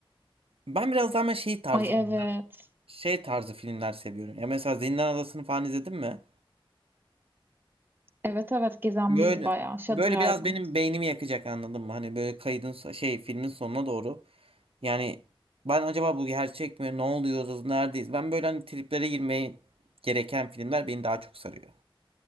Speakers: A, on the right; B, on the right.
A: Ben biraz daha ama şey tarzı.
B: Ay evet.
A: şey tarzı filmler seviyorum. Ya mesela Zindan Adası'nı falan izledin mi?
B: Evet evet gizemliydi
A: Böyle
B: bayağı. Shutter
A: böyle biraz
B: Island.
A: benim beynimi yakacak anladın mı? Hani böyle kaydın so- şey filmin sonuna doğru. Yani ben acaba bu gerçek mi? Ne oluyoruz? Neredeyiz? Ben böyle hani triplere girmeye gereken filmler beni daha çok sarıyor.